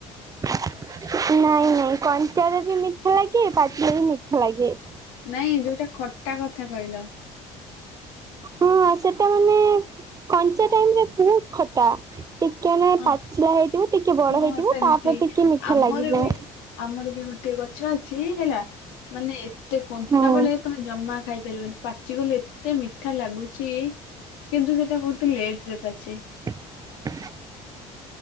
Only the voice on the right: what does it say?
ନାଇଁ ନାଇଁ କଞ୍ଚାରେ ବି ମିଠା ଲାଗେ ପାଚିଲେ ବି ମିଠା ଲାଗେ।
ହଁ ସେଟା ମାନେ କଞ୍ଚା ଟାଇମ୍ ରେ ବହୁତ୍ ଖ ଟା ଟିକେ ମାନେ
ପାଚିଲା ହେଇଯିବ ଟିକେ ବଡ
ହେଇଯିବ
ତାପରେ ଟିକେ ମିଠା
ଲାଗିବ।
ହଁ
<inaudible>